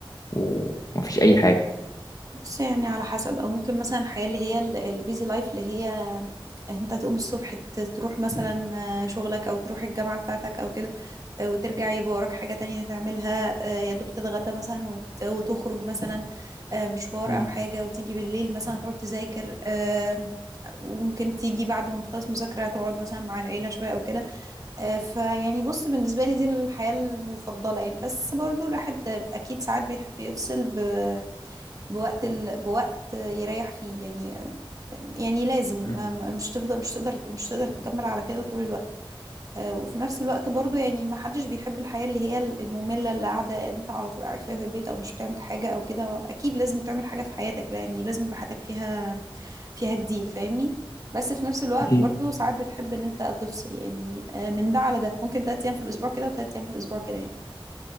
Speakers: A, on the left; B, on the right.
A: ومفيش اي حاجة
B: بص يعني على حسب او ممكن مثلا الحياه اللي هي البيزي لايف اللي هي انت تقوم الصبح ت- تروح مثلا آه، شغلك او تروح الجامعه بتاعتك او كده آه، وترجع يبقى وراك حاجه تانية هتعملها آه، يا دوب تتغدى مثلا وت- وتخرج مثلا آه، مشوار
A: مم.
B: او حاجه وتيجي بالليل مثلا هتقعد تذاكر آه، وممكن تيجي بعد ما تخلص مذاكره تقعد مثلا مع العيله شويه او كده آه، فيعني بص بالنسبه لي دي الحياه المفضله يعني بس برضو الواحد اكيد ساعات بيحب يفصل ب بوقت ال... بوقت يريح فيه يعني يعني لازم ما-
A: مم.
B: ما- مش تفضل مش تقدر مش تقدر تكمل على كده طول الوقت آه، وفي نفس الوقت برضو يعني ما حدش بيحب الحياة اللي هي المملة اللي قاعدة اللي انت على طول قاعد فيها في البيت او مش بتعمل حاجة او كده اكيد لازم تعمل حاجة في حياتك يعني لازم يبقى حياتك فيها فيها جديد فاهمني بس في نفس الوقت
A: أكيد
B: برضو ساعات بتحب ان انت تفصل يعني آه، من ده على ده ممكن تلات ايام في الاسبوع كده وتلات ايام في الاسبوع كده يعني